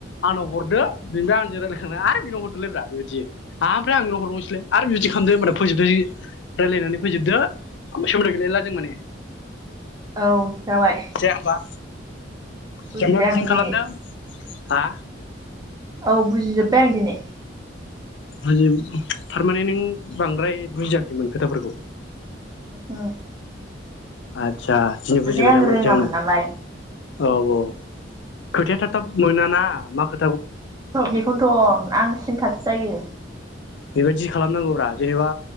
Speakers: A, on the left; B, on the right.
A: आनाव हरदो बिनिफ्राय आंजों रायलायखांना आरो बिनाव हरदोलाय ब्रा बेबायदि आमफ्राय आं नोंनाव हरबावनो स्लाइ आरो बिबायदि खालामदो होनबाना फोजोबदायो रायलायनानै फोजोबदो ओमफ्राय सोमोन्दो गैलायला जों माने
B: औ जाबाय
A: जाया होमबा
B: बुजिबाय
A: जोंबा बिदिनो
B: आं दिनै
A: खालामदों हा
B: औ बुजिजोबबाय आं दिनै
A: <unintelligible> थारमाने नों बांद्राय बुजियाखैमोन खोथाफोरखौ
B: <unintelligible>
A: आद सा दिनै
B: माने
A: बुजिबायदा
B: आं
A: मोदजांनो।
B: रोङामोन नालाय
A: औ औ खोथाया थाब थाब मोना ना मा खो
B: औ बेखौनोथ' आं सिन्थासो जायो
A: बेबायदि खालामनांगौब्रा जेनेबा